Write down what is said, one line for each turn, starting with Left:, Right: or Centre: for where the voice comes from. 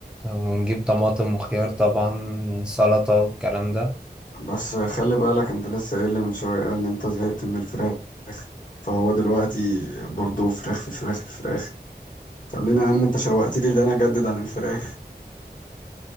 Centre: آه، ونجيب طماطم وخيار طبعا سلطة والكلام ده
Left: بس خلي بالك انت لسه قايل لي من شوية قال لي انت زهقت من الفراخ فهو دلوقتي برضو فراخ في فراخ في فراخ خلينا يا عم انت شوقت لي اللي انا اجدد عن الفراخ